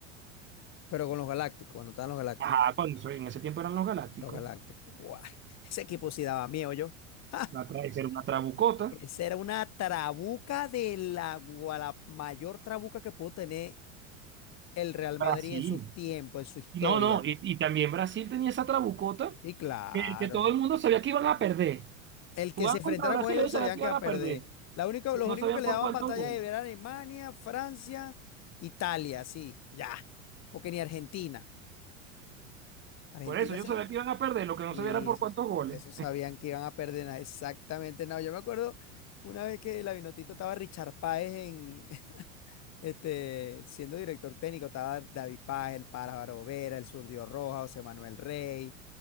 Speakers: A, on the left; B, on the right.
A: Pero con los Galácticos, cuando estaban los Galácticos,
B: Ajá, cuando eso- en ese tiempo eran los Galácticos.
A: los Galácticos, guau, Ese equipo sí daba miedo yo. <laughs> ¡Ja!
B: La tra- esa era una trabucota.
A: Esa era una trabuca de la, gua- la mayor trabuca que puedo tener el Real Madrid
B: Brasil.
A: en sus tiempos, en su historia.
B: Y No, no, y, y también Brasil tenía esa trabucota
A: Y claro,
B: que, que todo el mundo sabía que iban a perder.
A: el que
B: Jugaban
A: se enfrentara
B: contra Brasil,
A: con ellos
B: ellos
A: sabían
B: sabían que
A: que
B: iban
A: iba a
B: a
A: perder.
B: perder,
A: La única,
B: pero
A: los
B: no
A: únicos
B: sabían
A: que le
B: por
A: daban
B: cuántos
A: batalla
B: goles.
A: eran Alemania, Francia, Italia, sí, ya. Porque ni Argentina. Argentina
B: Por eso, yo
A: se
B: sabía
A: lo.
B: que iban a perder, lo que no
A: Y
B: sabía era por
A: esos,
B: cuántos goles.
A: esos sabían que iban a perder. na- Exactamente, no. Yo me acuerdo una vez que la Vinotinto estaba Richard Páez en, Este, siendo director técnico, estaba David Paz, el Pájaro Vera, el Surdio Roja, José Manuel Rey,